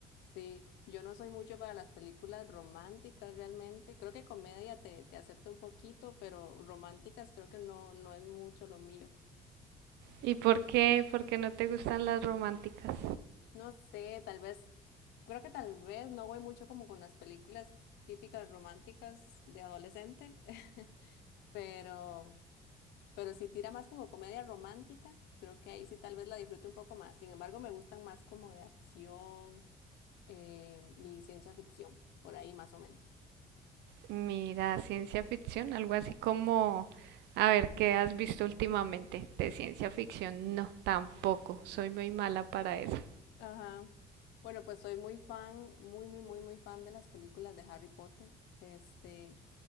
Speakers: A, on the left; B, on the right.
A: Sí, yo no soy mucho para las películas románticas realmente. Creo que comedia te, te acepto un poquito, pero románticas creo que no, no es mucho lo mío.
B: ¿Y por qué, por qué no te gustan las románticas?
A: No sé, tal vez, creo que tal vez no voy mucho como con las películas típicas románticas de adolescente, <laughs> pero Pero si tira más como comedia romántica, creo que ahí sí tal vez la disfruto un poco más. Sin embargo, me gustan más como de acción eh, y ciencia ficción, por ahí más o menos.
B: Mira, ciencia ficción, algo así como, a ver, ¿qué has visto últimamente de ciencia ficción? No, tampoco, soy muy mala para eso.
A: Ajá. Bueno, pues soy muy fan, muy, muy, muy, muy fan de las películas de Harry Potter. Este,